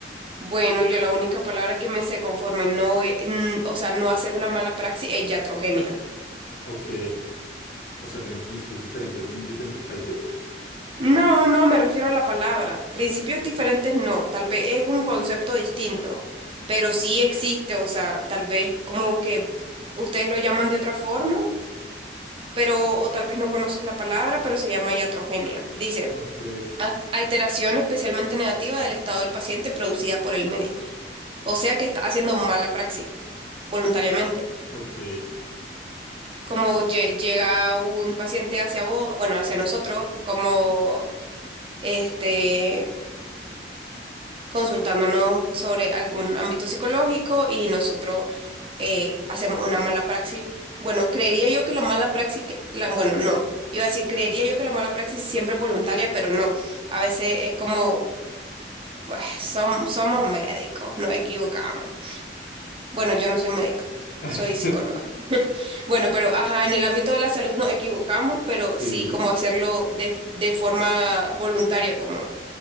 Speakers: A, on the right; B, on the left.
A: Bueno, yo la única palabra que me sé conforme no, e- n- o sea, no hacer una mala praxis es iatrogenia.
B: Ok. O sea, tenemos principios diferentes en diferentes países.
A: No, no, me refiero a la palabra. Principios diferentes no, tal vez es un concepto distinto, pero sí existe, o sea, tal vez como que ustedes lo llaman de otra forma, pero o tal vez no conoces la palabra, pero se llama iatrogenia. Dice,
B: Ok,
A: "A- alteración especialmente negativa del estado del paciente producida por el médico. O sea que está haciendo mala praxis voluntariamente.
B: ok.
A: como lle- llega un paciente hacia vos, bueno, hacia nosotros, como este, consultándonos sobre algún ámbito psicológico y nosotros eh, hacemos una mala praxis. Bueno, creería yo que la mala praxis, que- la, bueno, no, iba a decir, creería yo que la mala praxis siempre es voluntaria, pero no, a veces es como, pues, som- somos médicos, nos equivocamos. Bueno, yo no soy médico,
B: <laughs>
A: soy psicóloga. Bueno, pero ajá, en el ámbito de la salud nos equivocamos, pero
B: Sí,
A: sí como hacerlo de, de forma voluntaria, como